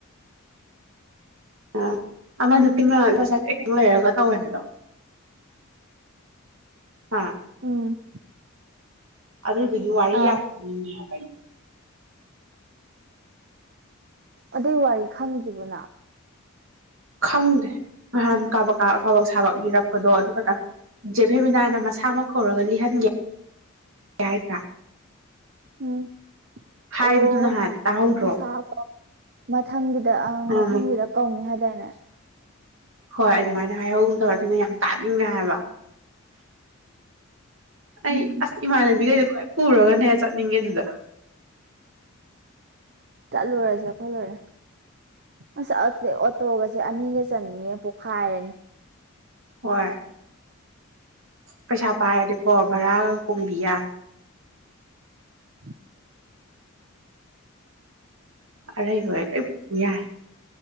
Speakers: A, on the right; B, on the right.
A: ꯑꯣ ꯑꯃ ꯅꯨꯄꯤ ꯃ ꯉꯁꯥꯏ ꯈꯪ ꯂꯩꯔꯒ ꯇꯧꯍꯟꯕꯗꯣ ꯍꯥ
B: ꯎꯝ
A: ꯑꯗꯨꯗꯨꯒꯤ ꯋꯥꯔꯤ
B: ꯑꯥ
A: ꯌꯥꯝ ꯈꯣꯡꯅꯤꯡꯉꯦ ꯑꯩ
B: ꯑꯗꯨꯏ ꯋꯥꯔꯤ ꯈꯪꯗ꯭ꯔꯤꯕꯣ ꯅꯪ
A: ꯈꯪꯗꯦ ꯅꯍꯥꯟ ꯀꯥꯕꯛ ꯀꯥꯕꯛ ꯁꯥꯕꯛ ꯂꯤꯔꯛꯄꯗꯣ ꯑꯗꯨ ꯈꯛꯇꯪ ꯖꯦꯚꯦꯃꯤꯅꯥꯅ ꯃꯁꯥꯃꯛ ꯀꯧꯔꯒ ꯂꯤꯍꯟꯒꯦ ꯒꯦ ꯍꯥꯏꯗ꯭ꯔꯥ
B: ꯎꯝ
A: ꯍꯥꯏꯕꯗꯨ
B: ꯑꯣ
A: ꯅꯍꯥꯟ ꯇꯥꯍꯧꯗ꯭ꯔꯣ
B: ꯃꯁꯥ ꯀꯧ ꯃꯊꯪꯒꯤꯗ ꯑꯪ
A: ꯎꯝ
B: ꯃꯊꯪꯒꯤꯗ ꯀꯧꯅꯤ ꯍꯥꯏꯗꯥꯏꯅꯦ <unintelligible>
A: ꯍꯣꯏ ꯑꯗꯨꯃꯥꯏꯅ ꯍꯥꯏꯍꯧꯒꯨꯝ ꯇꯧꯋꯦ ꯑꯗꯨꯅ ꯌꯥꯝ ꯇꯥꯅꯤꯡꯉꯦ ꯍꯥꯏꯕ ꯑꯩ
B: ꯎꯝ
A: ꯑꯁ ꯏꯃꯥꯟꯅꯕꯤꯒꯩ ꯍ ꯄꯨꯔꯒꯅꯦ ꯆꯠꯅꯤꯡꯉꯦ ꯑꯗꯨꯗ
B: ꯆꯠꯂꯨꯔꯁꯦ ꯑꯩꯈꯣꯏ ꯂꯣꯏꯅ ꯑꯁ ꯑꯁꯦ ꯑꯣꯇꯣꯒꯁꯦ ꯑꯅꯤꯒ ꯆꯟꯗꯔꯤꯉꯩ ꯄꯣꯛꯈꯥꯏꯔꯅꯤ
A: ꯍꯣꯏ ꯄꯩꯁꯥ ꯄꯥꯏ ꯑꯗꯤ ꯍꯣ ꯕꯔꯥꯒ ꯀꯣꯡꯕꯤ ꯌꯥꯝ
B: <inaudible>
A: ꯑꯔꯩꯕ ꯍ ꯂꯣꯏ ꯄꯨ ꯌꯥꯏꯔꯦ